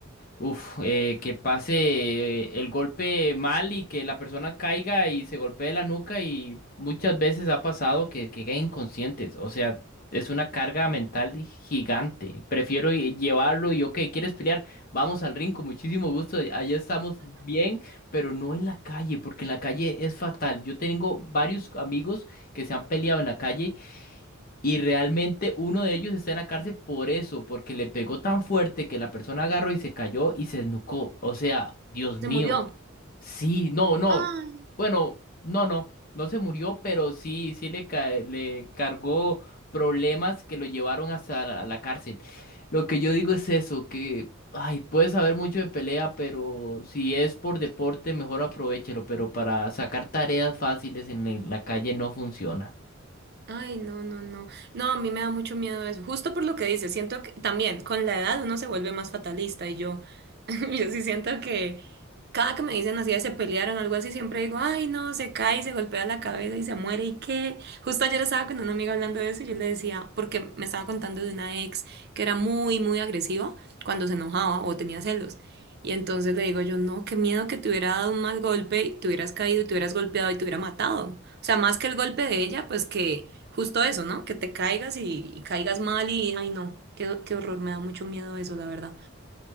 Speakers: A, on the left; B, on the right.
A: Uf, eh, que pase eh, el golpe mal y que la persona caiga y se golpee la nuca y muchas veces ha pasado que, que queden inconscientes. O sea, es una carga mental gigante. Prefiero eh, llevarlo y, ok, ¿quieres pelear? Vamos al ring con muchísimo gusto. Allá estamos bien, pero no en la calle, porque en la calle es fatal. Yo tengo varios amigos que se han peleado en la calle y realmente uno de ellos está en la cárcel por eso, porque le pegó tan fuerte que la persona agarró y se cayó y se desnucó O sea, Dios mío.
B: Se murió.
A: Sí, no, no.
B: Ay.
A: Bueno, no, no. No se murió, pero sí, sí le, ca- le cargó problemas que lo llevaron hasta la, la cárcel. Lo que yo digo es eso, que, ay, puedes saber mucho de pelea, pero si es por deporte, mejor aprovéchelo, pero para sacar tareas fáciles en la calle no funciona.
B: Ay, no, no, no. No, a mí me da mucho miedo eso. Justo por lo que dices, siento que también con la edad uno se vuelve más fatalista y yo, <laughs> yo sí siento que cada que me dicen así de se pelearon o algo así, siempre digo, ay, no, se cae, y se golpea la cabeza y se muere y qué. Justo ayer estaba con una amiga hablando de eso y yo le decía, porque me estaba contando de una ex que era muy, muy agresiva cuando se enojaba o tenía celos. Y entonces le digo yo, no, qué miedo que te hubiera dado un mal golpe, y te hubieras caído y te hubieras golpeado y te hubiera matado. O sea, más que el golpe de ella, pues que justo eso, ¿no? Que te caigas y, y caigas mal y, ay no, qué, qué horror, me da mucho miedo eso, la verdad.